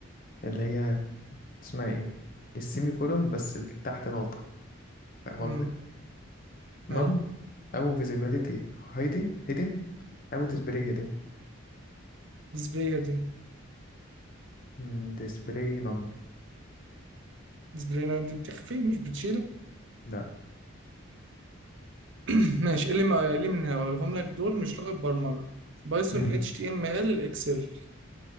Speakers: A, on the left; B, on the right.
A: اللي هي اسمها ايه؟ السيمي كولوم بس اللي تحت نقطة فاهم
B: مم.
A: قصدي؟ none
B: اي
A: او visibility hidden hidden او display hidden
B: ديسبلاي هيدن
A: مم، display none
B: ديسبلاي لاين دي بتخفي مش بتشيل
A: لا
B: <clears throat> ماشي إيه اللي ما إيه اللي من هقولهم لك دول مش لغة برمجة بايثون
A: مم.
B: اتش تي ام ال اكسل